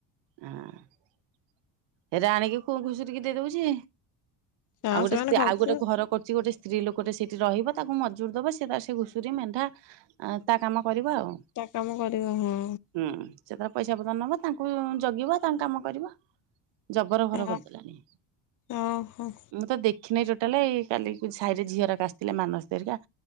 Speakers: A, on the right; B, on the left.
A: ହଁ ରାଣି କିି କଉ ଘୁଷୁରିକି ଦେଇଦଉଛି।
B: ହଁ
A: ଆଉ ଗୋଟେ
B: ସେମାନେ
A: ସେ
B: ଖାଉଥିବେ
A: ଆଉ ଗୋଟେ ଘର କରୁଛି ଗୋଟେ। ସ୍ତ୍ରୀ ଲୋକଟେ ସେଇଠି ରହିବ ତାକୁ ମଜୁରି ଦେବ ସେ ତା ସେ ଘୁଷୁରୀ, ମେଣ୍ଢା ଅଁ ତା କାମ କରିବ ଆଉ।
B: ତା କାମ କରିବ ହୁଁ।
A: ହୁଁ। ସେ ତାର ପଇସା ପତ୍ର ନବ ତାଙ୍କୁ ବି ଜଗିବ ତାଙ୍କ କାମ କରିବ। ଜବର ଘର
B: ହଁ
A: କରିଦେଲାଣି।
B: ଓହୋ।
A: ମୁଁ ତ ଦେଖିନାଇ ଟୋଟାଲି କାଲି କୁ ସାହିରେ ଝିଅରାକ ଆସିଥିଲେ ମାନସ ହେରିକା।